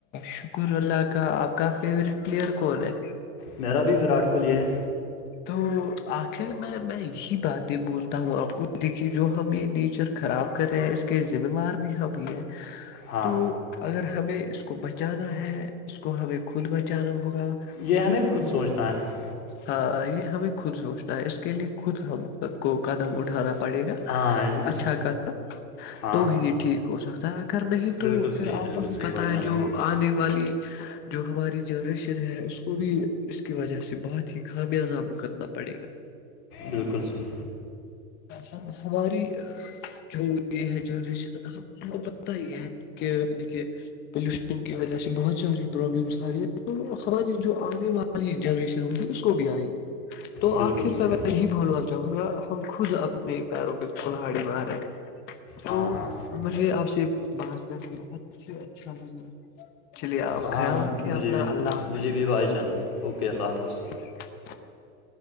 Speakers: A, on the left; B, on the left.
A: شکر اللہ کا آپ کا فیورورٹ پلیئر کون ہے
B: میرا بھی وراٹ کوہلی ہے
A: تو آخر میں میں یہی باتیں بولتا ہوں آپ کو دیکھیے جو ہم یہ نیچر خراب کرے ہیں اس کے ذمہوار بھی ہم بھی ہے
B: ہاں
A: تو اگر ہمیں اس کو بچانا ہے اس کو ہمیں خود بچانا ہوگا
B: یہ ہ ن ہے خود سوچتانا ا
A: ہاں یہ ہمیں خود سوچنا ہے اس کے لیے خود ہم کو قدم اٹھانا پڑے گا
B: ہاں اس
A: اچھا قدم
B: ہاں
A: تو ہی ٹھیک ہو سکتا ہے اگر نہیں
B: بالکل
A: تو پھر
B: صحیح
A: آپ
B: بالکل
A: کو بھی
B: صحیح
A: پتہ
B: بھائی
A: ہے
B: جان
A: جو آنے والی جو ہماری جنریشن ہے اس کو بھی اس کی وجہ سے بہت ہی خامیازاب کرنا پڑے گا
B: بالکل صحیح
A: ہم ہماری جو یہ ہے جنریشن ہم کو پت ہی ہے کہ دیکھیے پولوشن کی وجہ سے بہت ساری پرابلمس آ رہی ہے تو ہماری جو آنے والی جنریشن ہگی اس کو بھی آئے گی تو
B: بالکل
A: آخر
B: صحیح
A: کا میں یہی بولنا چاہوں گا ہم خود اپنے پیروں پہ فلہڑی بارے تو
B: ہاں ہاں
A: مجھے آپ سے بات کر کے بہت اچھا لگا چلیے آپ
B: ہاں
A: خیال رکھیے
B: مجھے
A: اپنا
B: بھی
A: اللہ حافظ
B: مجھے بھی بھائی جان اوکے اللہ حافظ
A: <inaudible>